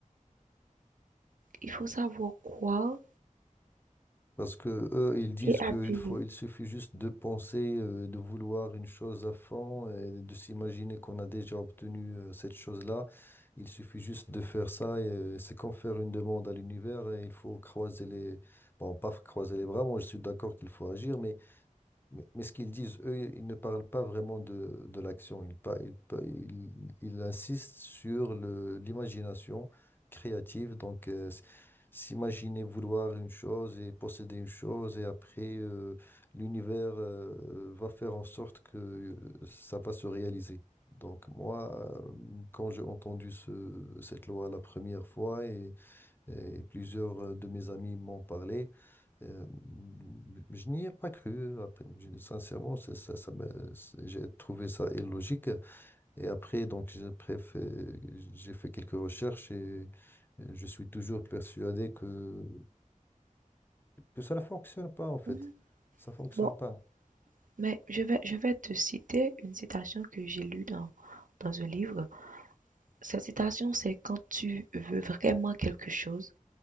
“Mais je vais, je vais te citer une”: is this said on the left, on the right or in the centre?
Right